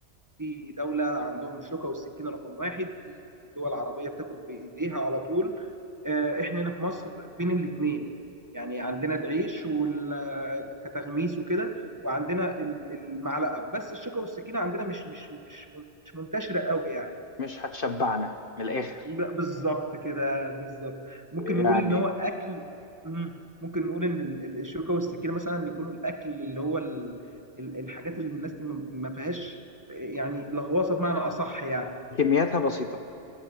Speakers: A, on the right (about 15°); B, on the left (about 50°).
A: في دولة عندهم الشوكة والسكينة رقم واحد في دول عربية بتاكل بإيديها على طول آه، إحنا هنا في مصر بين الاتنين يعني عندنا العيش وال- كتغميس وكده وعندنا ال- المعلقة بس الشوكة والسكينة عندنا مش مش مش مش منتشرة قوي يعني
B: مش هتشبعنا من الآخر
A: ب- بالظبط كده بالظبط ممكن
B: يعني
A: نقول ان هو اكل مم. ممكن نقول ان ال- ال- الشوكه والسكينه مثلا بيكونوا الاكل اللي هو ال... ال- الحاجات اللي الناس ما ما فيهاش يعني لغواصه بمعنى اصح يعني
B: كمياتها بسيطة